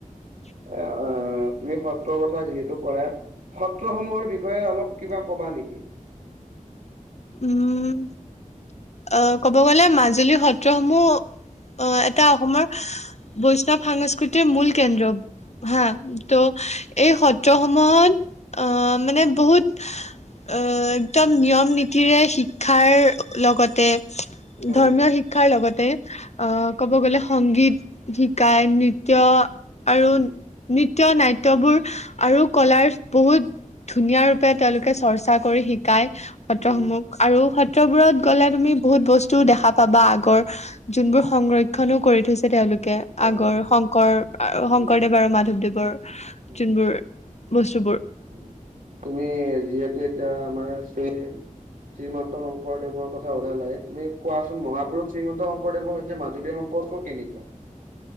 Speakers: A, on the right; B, on the left.
A: অ অ' তুমি সত্ৰৰ কথা যিহেতু কৰা, সত্ৰসমূহৰ বিষয়ে অলপ কিবা কবা নেকি?
B: উম, আহ ক'ব গ'লে মাজুলীৰ সত্ৰসমূহ অ' এটা অসমৰ বৈষ্ণৱ সাংস্ কৃতিৰ মূল কেন্দ্ৰ, হা,
A: উম,
B: তো এই সত্ৰসমূহত অ' মানে বহুত অ' একদম নিয়ম নী তিৰে শিক্ষাৰ লগতে
A: উম।
B: ধৰ্মীয় শিক ক্ষাৰ লগতে আহ ক'ব গ'লে সংগীত শিকায়, নৃত্য আৰু
A: উম।
B: নৃত্য নাট্যবোৰ আৰু কলাৰ বহুত ধুনীয়া ৰূপে তেওঁলোকে চৰ্চা কৰি শিকায় সত্ৰসমূহ
A: উম,
B: আৰু সত ত্ৰবোৰত গ'লে তুমি বহুত বস্তু দেখা পাবা আগৰ যোনবোৰ সংৰক্ষণো কৰি থৈছে তেওঁলোকে।
A: হয়
B: আগৰ
A: হয় হয়।
B: শংকৰ- আ শংকৰদেৱ
A: উম,
B: আৰু মাধৱদেৱৰ
A: উম,
B: যোনবোৰ বস্তুবোৰ
A: উম। তুমি যিহেতু এতিয়া আমাৰ শ্ৰী শ্ৰীমন্ত শংকৰদেৱৰ কথা ওলালাই, তুমি কোৱাচোন মহাপুৰুষ শ্ৰীমন্ত শংকৰদেৱৰ সৈতে মাজুলী সম্পৰ্ক টো কেনেকুৱা?